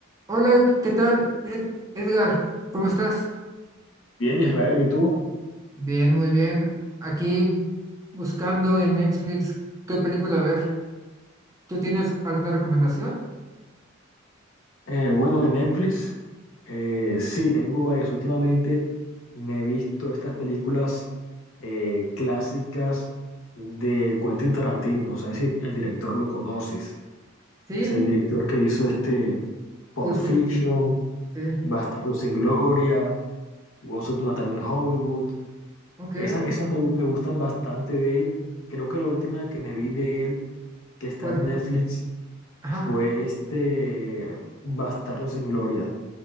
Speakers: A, on the right; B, on the left.
A: Hola, ¿qué tal? Ed- Edgar, ¿cómo estás?
B: Bien, Israel, ¿y tú?
A: Bien, muy bien. Aquí buscando en Netflix qué película ver. ¿Tú tienes alguna recomendación?
B: Eh, bueno, de Netflix, eh, sí, tengo varias. Últimamente me he visto estas películas eh, clásicas de Quentin Tarantino. No sé si el director lo conoces.
A: Sí,
B: Es el director que hizo este Pulp
A: Pulp
B: Fiction,
A: Fiction. Sí,
B: Bastardos sin Gloria, Once Upon a Time in Hollywood.
A: ok.
B: Esas, esas me, me gustan bastante de él. Creo que la última que me vi de él, que está
A: ¿Cuál
B: en
A: fue?
B: Netflix,
A: Ajá.
B: fue este Bastardos sin Gloria.